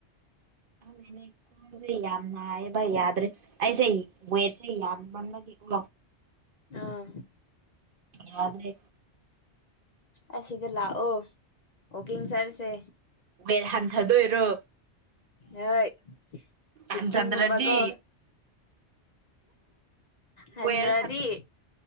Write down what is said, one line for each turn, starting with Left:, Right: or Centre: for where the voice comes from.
Right: ꯈꯅꯦ ꯀꯣꯟꯁꯦ ꯌꯥꯝꯅ ꯍꯥꯏꯕ ꯌꯥꯗ꯭ꯔꯦ ꯑꯩꯁꯦ ꯋꯦꯠꯁꯦ ꯌꯥꯝꯃꯟꯕꯒꯤ ꯎ
Left: ꯑꯥ
Right: ꯌꯥꯗ꯭ꯔꯦ
Left: ꯑꯁꯤꯗ ꯂꯥꯛꯑꯣ ꯑꯣꯀꯡ ꯁꯥꯔꯁꯦ
Right: ꯕꯦꯠ ꯍꯟꯊꯗꯣꯏꯔꯣ
Left: ꯍꯣꯏ ꯍꯤꯀꯤꯡꯒꯨꯝꯕꯀꯣ
Right: ꯍꯟꯊꯗ꯭ꯔꯗꯤ
Left: ꯍꯗ꯭ꯔꯗꯤ
Right: ꯋꯦꯠ ꯍꯟꯊ